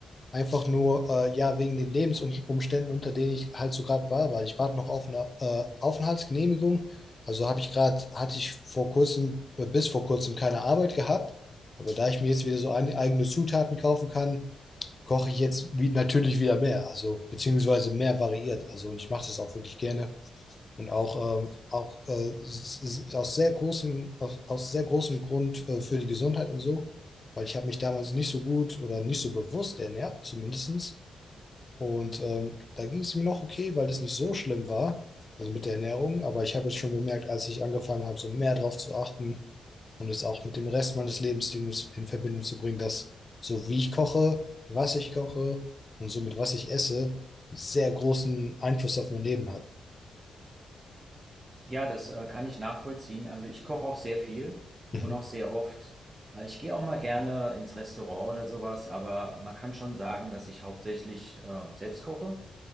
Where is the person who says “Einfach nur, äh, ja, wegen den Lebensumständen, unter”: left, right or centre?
Left